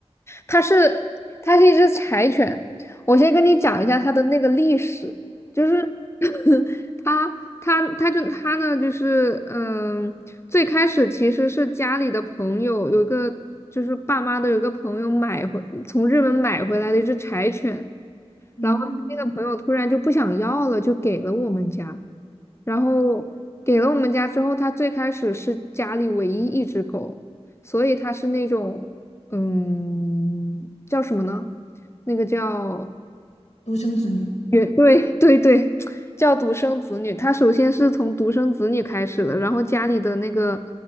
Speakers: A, on the left; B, on the left.
A: 它是它是一只柴犬，我先跟你讲一下它的那个历史，就是 <laughs> 它它它就它呢就是嗯，最开始其实是家里的朋友有一个就是爸妈的有一个朋友买回从日本买回来的一只柴犬，
B: 嗯，
A: 然后他那个朋友突然就不想要了，就给了我们家。然后给了我们家之后，他最开始是家里唯一一只狗，所以他是那种，嗯，叫什么呢？那个叫
B: 独生子女。
A: 也对对对，叫独生子女，他首先是从独生子女开始的，然后家里的那个